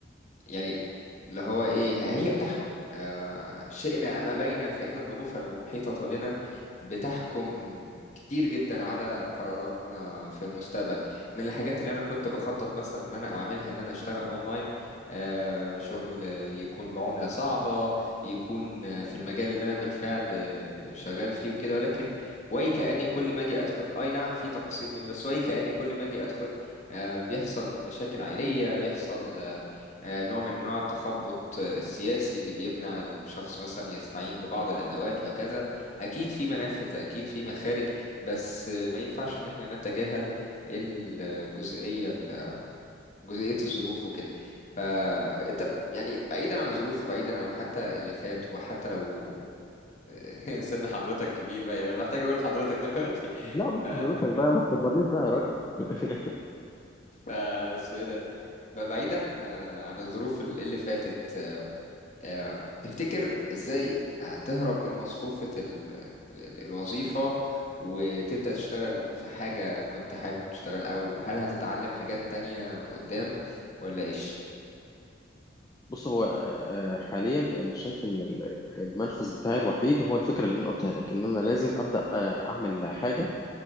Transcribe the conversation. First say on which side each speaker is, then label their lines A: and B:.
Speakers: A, on the left; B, on the left.
A: يعني اللي هو ايه هي بتحكم آه شئنا ام ابينا فان الظروف المحيطه بنا بتحكم كتير جدا على قراراتنا في المستقبل من الحاجات اللي انا كنت بخطط مثلا ان انا اعملها ان انا اشتغل اونلاين آه شغل يكون بعمله صعبه يكون في المجال اللي انا بالفعل شغال فيه وكده ولكن وي كاني كل ما اجي ادخل اي نعم في تقصير مني بس وي كاني كل ما اجي ادخل آه بيحصل مشاكل عائليه بيحصل آه، آه، نوع من انواع التخبط آه، السياسي اللي بيمنع الشخص مثلا يستعين ببعض الادوات وهكذا اكيد في منافذ اكيد في مخارج بس آه، ما ينفعش ان احنا نتجاهل الجزئيه ال- جزئيه الظروف وكده فانت يعني بعيدا عن الظروف وبعيدا عن حتى اللي فات وحتى لو <laughs> سن حضرتك كبير بقى يعني انا محتاج اقول حضرتك دلوقتي
B: لا مش
A: ف <laughs>
B: حضرتك بقى ما تكبرنيش بقى يا راجل <laughs>
A: ف اسمه ايه ده فبعيدا آه، عن الظروف اللي فاتت آه، تفتكر ازاي هتهرب من مصفوفة ال... ال- الوظيفة وتبدأ تشتغل في حاجة كنت حابب تشتغل او هل هتتعلم حاجات تانية قدام ولا ايش
B: بص هو آه، حاليا انا شايف ان ال- ال- المنفذ بتاعي الوحيد هو الفكره اللي انا قلتها لك ان انا لازم ابدا آه، اعمل حاجه